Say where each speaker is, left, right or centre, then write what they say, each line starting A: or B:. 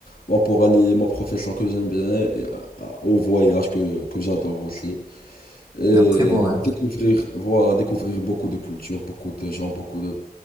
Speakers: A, on the left; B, on the right.
A: bon, pour allier ma profession que j'aime bien et, euh, au voyage que, que j'adore aussi. Et
B: C'est un très beau rêve,
A: découvrir, voilà, découvrir beaucoup de cultures, beaucoup de gens, beaucoup de...